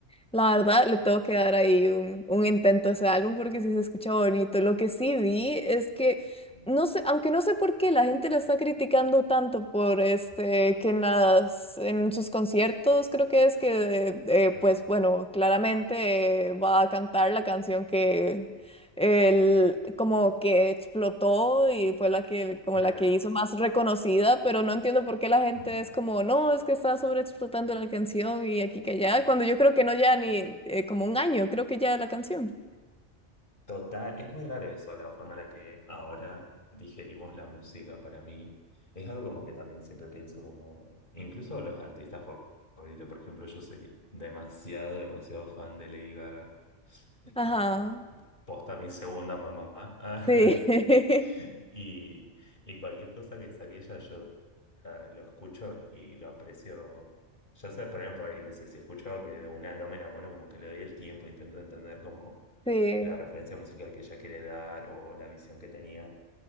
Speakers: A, in the centre; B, on the left (about 45°).
A: la verdad le tengo que dar ahí un, un intento a ese álbum porque sí se escucha bonito. Lo que sí vi es que,
B: Mm,
A: no sé, aunque no sé por qué la gente lo está criticando tanto por este, que en las, en sus conciertos creo que es que, eh,
B: ujú,
A: pues bueno, claramente eh, va a cantar la canción que, el, como que explotó y fue la que, como
B: Claro.
A: la que hizo más reconocida, pero no entiendo por qué la gente
B: ujú.
A: es como, no, es que está sobreexplotando la canción y aquí que allá, cuando yo creo que no ya ni eh, como un año, creo que ya la canción.
B: Total, es muy raro eso, la forma en la que ahora digerimos la música para mí. Es algo como que también siempre pienso como, incluso los artistas fa- favoritos, por ejemplo, yo soy demasiado, demasiado fan de Lady Gaga. Es
A: Ajá,
B: como, posta mi segunda mamá. <laughs>
A: sí, <laughs>
B: <laughs> Y, y cualquier cosa que saque ella, yo nada, lo escucho y lo aprecio. Ya sé, poner por ahí, no sé, si escucho algo que de una no me enamoro, como que le doy el tiempo, intento entender como
A: sí,
B: la referencia musical que ella quiere dar o la visión que tenía.